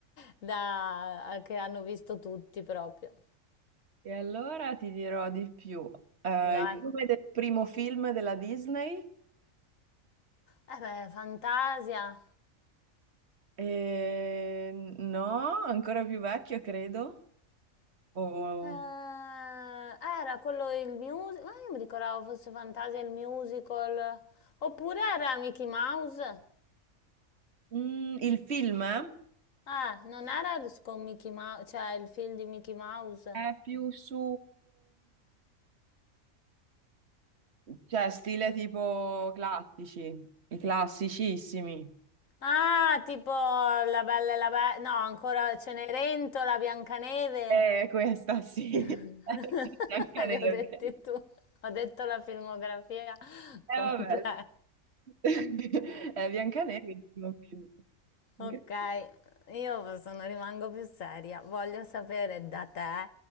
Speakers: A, on the left (about 70°); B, on the right (about 50°).
A: da- che hanno visto tutti proprio.
B: E allora ti dirò di più. Eh,
A: Dai.
B: il nome del primo film della Disney?
A: Eh beh, Fantasia.
B: Eh, no, ancora più vecchio, credo. O-
A: Eh, era quello il musical, ma io mi ricordavo fosse Fantasia il musical, oppure era Mickey Mouse.
B: Mm, il film eh,
A: Eh, non era con Mickey Mouse, cioè il film di Mickey Mouse.
B: è più su, cioè, stile tipo classici, i classicissimi.
A: Ah, tipo la Bella e la Be- No, ancora Cenerentola, Biancaneve.
B: È questa, sì.
A: <laughs>
B: <laughs> Biancaneve.
A: Le ho dette tu. Ho detto la filmografia
B: Eh,
A: completa.
B: vabbè. <laughs> È Biancaneve, il primo film. Incredibile.
A: Ok, io sono, rimango più seria. Voglio sapere da te